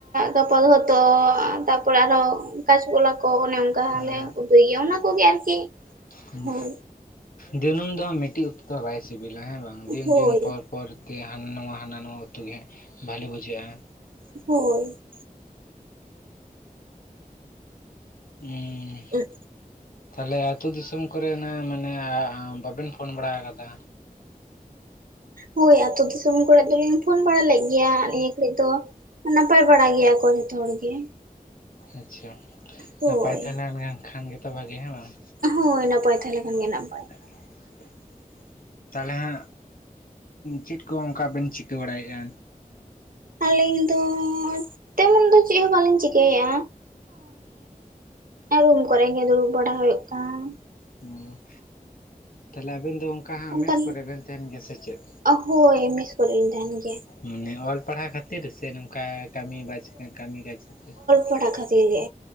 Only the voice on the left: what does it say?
ᱦᱳᱭ
ᱦᱩᱸ
ᱫᱤᱱᱟᱹᱢ ᱫᱚ ᱢᱤᱫᱴᱮᱡ ᱩᱛᱩ ᱫᱚ ᱵᱟᱭ ᱥᱤᱵᱤᱞᱟ ᱦᱮᱸ ᱵᱟᱝ ᱫᱤᱱ
ᱫᱤᱱ ᱯᱚᱨ ᱯᱚᱨ ᱛᱮᱜᱮ ᱦᱟᱱᱟ ᱱᱟᱣᱟ ᱦᱟᱱᱟ ᱱᱟᱣᱟ ᱩᱛᱩ ᱜᱮ ᱵᱷᱟᱞᱤ ᱵᱩᱡᱷᱟᱹᱜ-ᱟ᱾
<unintelligible>
ᱛᱟᱦᱚᱞᱮ ᱟᱹᱛᱩ ᱫᱤᱥᱚᱢ ᱠᱚᱨᱮᱱᱟᱜ ᱢᱟᱱᱮ ᱵᱟᱵᱮᱱ ᱯᱷᱳᱱ ᱵᱟᱲᱟ ᱟᱠᱟᱫᱟ᱾
ᱟᱪᱪᱷᱟ
ᱱᱟᱯᱟᱭ ᱛᱟᱦᱮᱸᱞᱮᱱ ᱠᱷᱟᱱ ᱜᱮᱛᱚ ᱵᱷᱟᱜᱤ ᱦᱮ ᱵᱟᱝ᱾
<inaudible> ᱛᱟᱦᱚᱞᱮ ᱦᱟᱸᱜ ᱪᱮᱫ ᱠᱚ ᱚᱱᱠᱟ ᱵᱮᱱ ᱪᱤᱠᱟᱹ ᱵᱟᱲᱟᱭᱮᱫᱼᱟ᱾
ᱦᱮᱸ ᱛᱟᱦᱞᱮ ᱟᱵᱮᱱ ᱫᱚ,, ᱚᱠᱟ ᱟᱢᱮᱥ
ᱠᱚᱨᱮ ᱵᱮᱱ ᱛᱟᱦᱮᱱ ᱜᱮᱭᱟ ᱥᱮ ᱪᱮᱫ?
ᱢᱟᱱᱮ ᱚᱞ ᱯᱟᱲᱦᱟᱣ ᱠᱷᱟᱹᱛᱤᱨ ᱥᱮ ᱱᱚᱝᱠᱟ ᱠᱟᱹᱢᱤ ᱵᱟ ᱠᱟᱹᱢᱤ ᱠᱟᱡᱟ ᱠᱷᱟᱹᱛᱤᱨ ᱛᱮ᱾